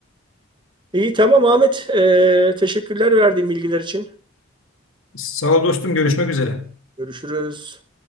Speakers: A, on the right; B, on the left.
A: İyi tamam Ahmet. Ee, teşekkürler verdiğin bilgiler için.
B: Sağ ol dostum, görüşmek üzere.
A: Görüşürüz.